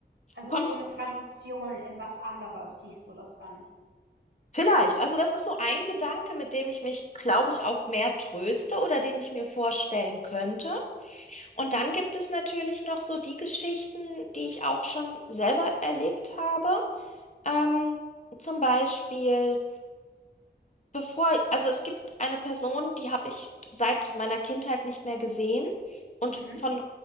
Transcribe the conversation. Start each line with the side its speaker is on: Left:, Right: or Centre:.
Right: also
Left: kommst.
Right: so eine Transition in was anderes, siehst du das dann?
Left: Vielleicht. Also das ist so ein Gedanke,
Right: Mhm.
Left: mit dem ich mich, glaube ich, auch mehr tröste oder den ich mir vorstellen könnte. Und
Right: Mhm.
Left: dann gibt es natürlich noch so die Geschichten, die ich auch schon selber erlebt habe. Ähm, zum Beispiel, bevor, also es gibt eine Person, die habe ich seit meiner Kindheit nicht mehr gesehen. Und
Right: Mhm.
Left: von